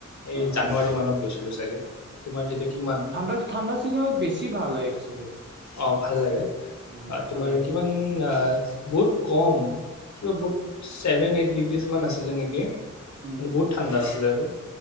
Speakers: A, on the left; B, on the right.
A: এই
B: অ
A: জানুৱাৰী মানত গৈছোঁ। চাগে, তোমাৰ তেতিয়া কিমান
B: ঠাণ্ডা ঠাণ্ডা চিজনত বেছি ভাল হয় একচুৱেলি।
A: অ' ভাল লাগে।
B: উম
A: আ,
B: ভাল
A: তোমাৰ
B: লাগে
A: কিমান আ বহুত কম কিবা বহুত ছেভেন এইট ডিগ্ৰীছমান আছিলে নেকি
B: উম
A: মানে বহুত ঠাণ্ডা আছিলে আৰু।